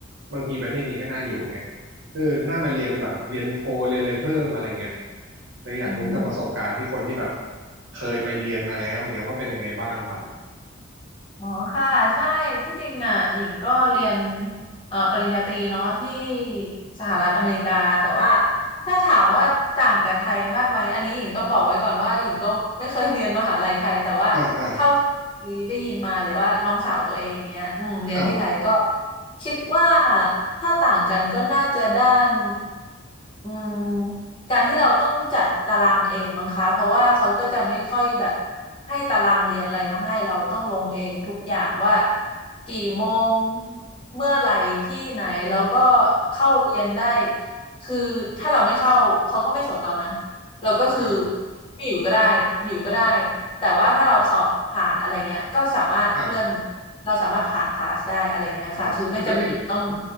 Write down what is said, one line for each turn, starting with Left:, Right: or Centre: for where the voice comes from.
Right: บางทีประเทศนี้ก็น่าอยู่แฮะเออน่ามาเรียนแบบเรียนโทเรียนอะไรเพิ่มอะไรเงี้ยเลยอยากรู้จากประสบการณ์ที่คนที่แบบ
Left: อืม
Right: เคยไปเรียนมาแล้วเงี้ยว่าเป็นยังไงบ้างครับ
Left: อ๋อค่ะใช่ที่จริงอ่ะหญิงก็เรียนเอ่อปริญญาตรีเนาะที่สหรัฐอเมริกาแต่ว่าถ้าถามว่าต่างกับไทยมากไหมอันนี้หญิงต้องบอกไว้ก่อนว่าหญิงก็ไม่เคยเรียนมหาลัยไทยแต่ว่าเท่า
Right: อ่าอ่า
Left: ที่ได้ยินมาหรือว่าน้องสาวตัวเองเงี้ยอืมเรียนที่ไทยก็
Right: ครับ
Left: คิดว่าถ้าต่างกันก็น่าจะด้านอืม การที่เราต้องจัดตารางเองมั้งคะเพราะว่าเขาก็จะไม่ค่อยแบบให้ตารางเรียนอะไรมาให้เราต้องลงเองทุกอย่างว่ากี่โมงเมื่อไหร่ที่ไหนแล้วก็เข้าเรียนได้คือถ้าเราไม่เข้าเขาก็ไม่สนเรานะเราก็คือ
Right: อ่า
Left: ไม่อยู่ก็ได้อยู่ก็ได้แต่ว่าถ้าเราสอบผ่านอะไรเงี้ยก็สามารถเลื่อน
Right: ครับ
Left: เราสามารถผ่านคลาสได้อะไรเงี้ยค่ะคือไม่จำเป็นต้อง
Right: อ๋อแล้วอย่าง